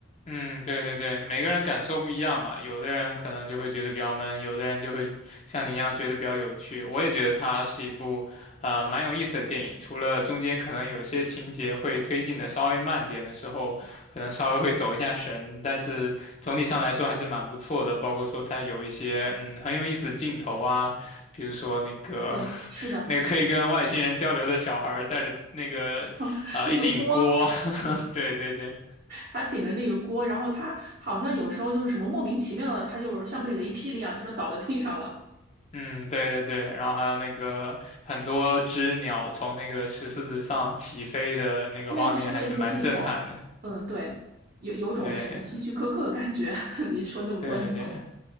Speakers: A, on the left (about 35°); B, on the right (about 40°).
A: 嗯，对对对，每个人感受不一样嘛，有的人可能就会觉得比较闷，有的人就会像你一样觉得比较有趣。我也觉得它是一部呃蛮有意思的电影，除了中间可能有些情节会推进的稍微慢点的时候，可能稍微会走一下神，但是总体上来说还是蛮不错的。包括说它有一些嗯很有意思的镜头啊，比如说那个
B: 对 <laughs>，是的，
A: <laughs> 那个可以跟外星人交流的小孩儿带着那个啊、
B: <laughs>
A: 呃一顶锅，
B: 那个锅，
A: <laughs> 对对对。
B: 他顶着那个锅，然后他好像有时候就是什么莫名其妙的，他就是像被雷劈了一样，他就倒在地上了。
A: 嗯，对对对，然后还有那个很多只鸟从那个石狮子上起飞的那个画面，
B: 对对对，
A: 还是蛮震撼的。
B: 那个镜头，嗯，对，有有种什么希区柯克的感觉。
A: 对
B: <laughs> 你说那么多鸟，
A: 对对，